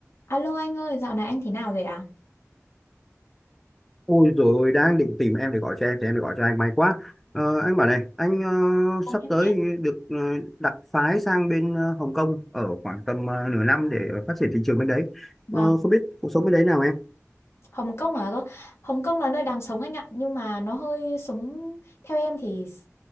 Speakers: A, on the left (about 60°); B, in the centre.
A: Alo anh ơi, dạo này anh thế nào rồi ạ?
B: Ôi rồi ôi đang định tìm em để gọi cho em thì em để gọi cho anh may quá ờ, anh bảo này anh ờ,
A: Vâng,
B: sắp
A: em
B: tới
A: nghe.
B: được ờ, đặc phái sang bên ờ, Hồng Kông ở khoảng tầm ờ, nửa năm để ờ, phát triển thị trường bên đấy
A: Vâng,
B: ờ, không biết cuộc sống bên đấy nào em
A: Hồng Kông à cơ? Hồng Kông là nơi đang sống anh ạ, nhưng mà nó hơi sống theo em thì s-